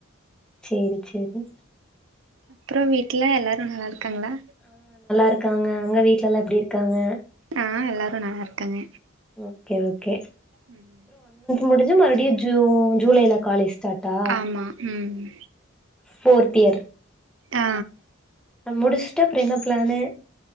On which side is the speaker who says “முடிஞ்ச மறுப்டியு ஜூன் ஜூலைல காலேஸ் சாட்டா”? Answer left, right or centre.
Centre